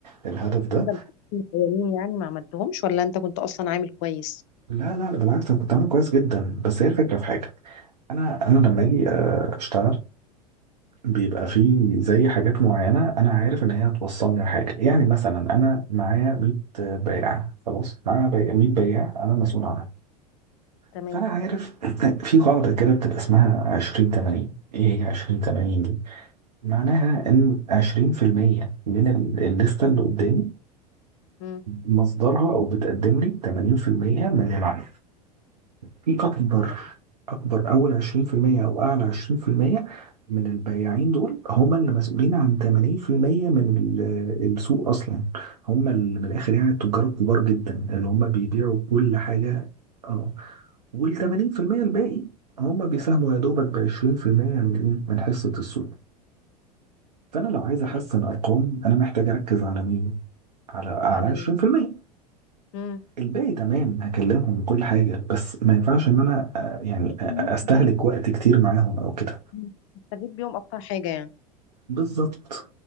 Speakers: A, on the right; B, on the left.
A: الهدف ده
B: بدل الاولين يعني ما عملتهمش ولا انت كنت اصلا عامل كويس
A: لا لا لا بالعكس انا كنت عامل كويس جدا بس هي الفكره في حاجه انا انا لما اجي آه، اشتغل بيبقى في زي حاجات معينه انا عارف ان هي هتوصلني لحاجه يعني مثلا انا معايا 100 بائع خلاص معايا بي- 100 بياع انا مسؤول عنهم
B: تمام
A: فانا عارف <laughs> في قاعده كده بتبقى اسمها 20 80 ايه هي 20 80 دي معناها ان 20% من ال- الليسته اللي قدامي
B: مم.
A: مصدرها او بتقدم لي 80% من العدد في اكبر
B: تمام
A: اكبر اول 20% او اعلى 20% من البياعين دول هم اللي مسؤولين عن 80% من ال- السوق اصلا هم اللي من الاخر يعني التجار الكبار جدا اللي هم بيبيعوا كل حاجه اه وال 80%
B: مم.
A: الباقي هم بيساهموا يا دوبك ب 20% من ايه من حصة السوق فانا لو عايز احسن
B: تمام
A: ارقام انا محتاج اركز على مين على على
B: على
A: 20%
B: ال... مم.
A: الباقي تمام هكلمهم وكل حاجة بس ما ينفعش ان انا آه، يعني
B: بحس
A: آه،
B: إن هي
A: استهلك
B: مفيدة.
A: وقت كتير معاهم او كده
B: مم. نستفيد بيهم اكتر حاجه يعني
A: بالظبط